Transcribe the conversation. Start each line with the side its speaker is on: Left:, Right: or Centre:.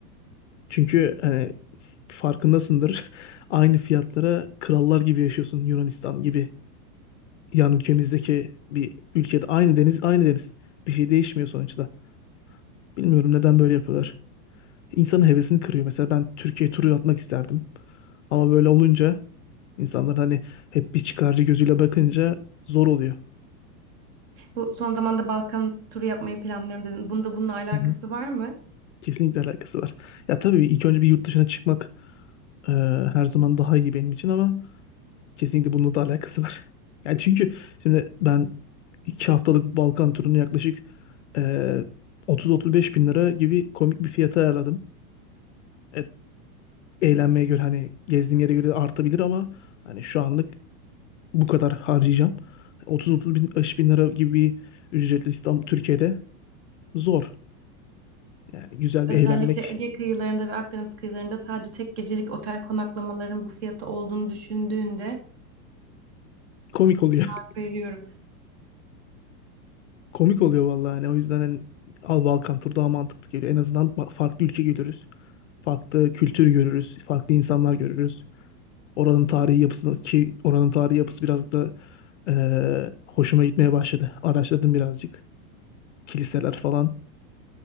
Left: Çünkü hani farkındasındır <laughs> aynı fiyatlara krallar gibi yaşıyorsun Yunanistan gibi. Yan ülkemizdeki bir ülkede aynı deniz aynı deniz bir şey değişmiyor sonuçta. Bilmiyorum neden böyle yapıyorlar. insanın hevesini kırıyor. Mesela ben Türkiye turu atmak isterdim. Ama böyle olunca insanlar hani hep bir çıkarcı gözüyle bakınca zor oluyor.
Right: Bu son zamanda Balkan turu yapmayı planlıyorum dedin. Bunda bununla alakası
Left: Hı hı.
Right: var mı?
Left: Kesinlikle alakası var. Ya tabii ilk önce bir yurt dışına çıkmak e, her zaman daha iyi benim için ama kesinlikle bununla da alakası var. <laughs> Yani çünkü şimdi ben iki haftalık Balkan turunu yaklaşık e, 30-35 bin lira gibi komik bir fiyata ayarladım. E, eğlenmeye göre hani gezdiğim yere göre artabilir ama hani şu anlık bu kadar harcayacağım. 30-30 bin, 50 bin lira gibi bir ücretle İstanbul, Türkiye'de zor. Yani güzel
Right: Özellikle
Left: bir eğlenmek
Right: Ege kıyılarında ve Akdeniz kıyılarında sadece tek gecelik otel konaklamaların bu fiyatı olduğunu düşündüğünde
Left: komik oluyor.
Right: sana hak veriyorum.
Left: <laughs> Komik oluyor vallahi yani. O yüzden hani Al Balkan turu daha mantıklı geliyor. En azından ba- farklı ülke görürüz. Farklı kültür görürüz. Farklı insanlar görürüz. Oranın tarihi yapısını ki oranın tarihi yapısı biraz da eee, hoşuma gitmeye başladı. Araştırdım birazcık. Kiliseler falan